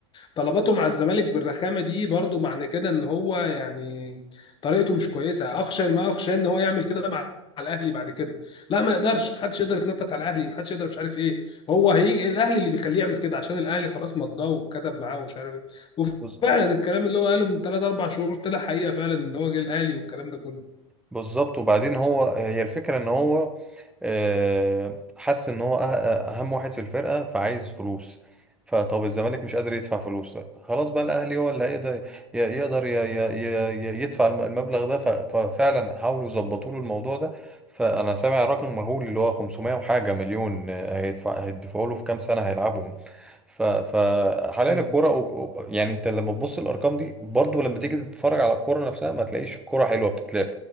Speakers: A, on the left (about 30°); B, in the centre.
A: طلباته مع الزمالك بالرخامه دي برضو معنى كده ان هو يعني طريقته مش كويسه اخشى ما اخشى ان هو يعمل كده مع مع الاهلي بعد كده لا ما يقدرش محدش يقدر يتنطط على الاهلي محدش يقدر مش عارف ايه هو هيجي الاهلي اللي بيخليه يعمل كده عشان الاهلي خلاص مضاه وكتب معاه ومش عارف ايه وفعلا
B: <laughs>
A: ده الكلام اللي هو قاله من 3 4 شهور طلع حقيقه فعلا ان هو جه الاهلي والكلام ده كله
B: بالظبط وبعدين هو هي الفكرة ان هو آه، حس ان هو أه- أه، اهم واحد في الفرقة فعايز فلوس فطب الزمالك مش قادر يدفع فلوس لا، خلاص بقى الاهلي هو اللي هيقدر ي- يقدر ي- ي- ي- يدفع الم- المبلغ ده ف- ففعلا حاولوا يظبطوا له الموضوع ده فانا سامع رقم مهول اللي هو 500 وحاجة مليون آه، هيدفع هيدفعوا له في كام سنة هيلعبهم ف- فحاليا
A: مم.
B: الكرة و- و- يعني انت لما تبص الارقام دي برضو لما تيجي تتفرج على الكرة نفسها ما تلاقيش كرة حلوة بتتلعب